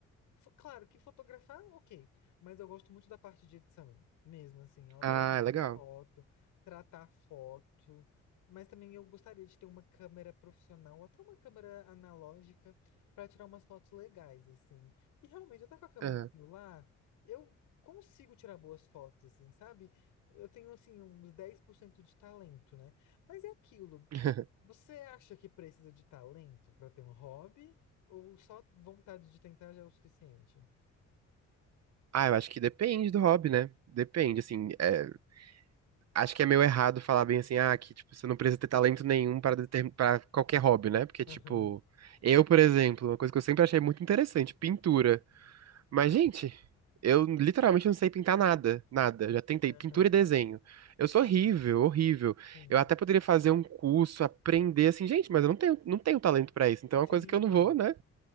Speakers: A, on the left; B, on the right.
A: fo- claro, que fotografar, ok, mas eu gosto muito da parte de edição, mesmo assim, eu adoro
B: Ah,
A: editar
B: é legal.
A: foto, tratar foto, mas também eu gostaria de ter uma câmera profissional, ou até uma câmera analógica, para tirar umas fotos legais, assim. E realmente, até com a câmera
B: Aham.
A: do celular, eu consigo tirar boas fotos, assim, sabe? Eu tenho, assim, uns 10% de talento, né? Mas é aquilo.
B: <laughs>
A: Você acha que precisa de talento para ter um hobby? Ou só vontade de tentar já é o suficiente?
B: Ah, eu acho que depende do hobby, né? Depende, assim, é, acho que é meio errado falar bem assim, ah, que, tipo, você não precisa ter talento nenhum para determin... para qualquer hobby, né? Porque,
A: Aham,
B: tipo, eu, por exemplo, uma coisa que eu sempre achei muito interessante, pintura. Mas, gente, eu literalmente não sei pintar nada, nada. Já tentei
A: aham,
B: pintura e desenho. Eu sou horrível, horrível.
A: sim.
B: Eu até poderia fazer um curso, aprender assim, gente, mas eu não tenho, não tenho talento pra isso. Então é
A: Sim,
B: uma coisa que eu não vou, né?